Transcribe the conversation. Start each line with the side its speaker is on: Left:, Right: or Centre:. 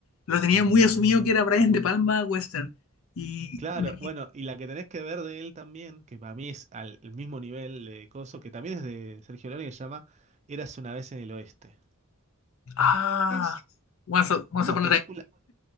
Left: lo tenía muy asumido que era Brian De Palma western. Y
Right: Claro,
Left: me,
Right: bueno, y la que tenés que ver de él también, que para mí es al el mismo nivel de coso, que también es de Sergio Leone, que se llama Érase una vez en el Oeste.
Left: Ah,
Right: Es
Left: Once, Once
Right: una
Left: Upon
Right: película,
Left: a Time.